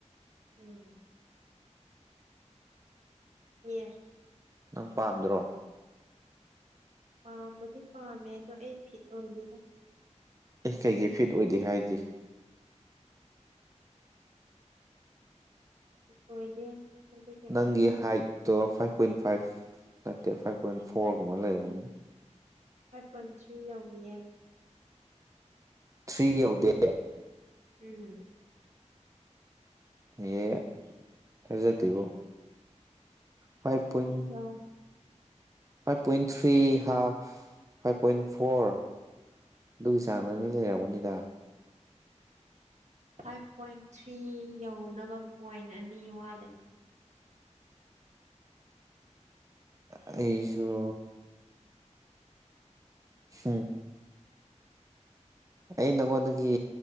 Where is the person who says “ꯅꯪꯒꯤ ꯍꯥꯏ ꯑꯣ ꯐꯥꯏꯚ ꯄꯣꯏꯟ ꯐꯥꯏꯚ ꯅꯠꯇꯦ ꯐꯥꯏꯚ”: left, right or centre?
Right